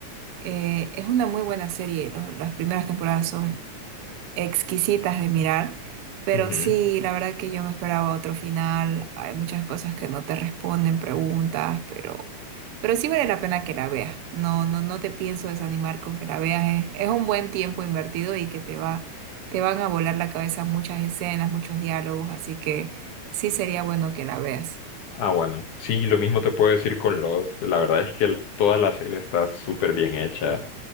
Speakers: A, on the right; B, on the left.
A: eh, es una muy buena serie. Los- las primeras temporadas son exquisitas de mirar, pero
B: ujú.
A: sí, la verdad que yo me esperaba otro final, hay muchas cosas que no te responden, preguntas, pero, pero sí vale la pena que la veas, no, no, no te pienso desanimar con que la veas, es, es un buen tiempo invertido y que te va, te van a volar la cabeza muchas escenas, muchos diálogos, así que sí sería bueno que la veas.
B: Ah, bueno. Sí, lo mismo te puedo decir con Lost. La verdad es que el- toda la serie está súper bien hecha.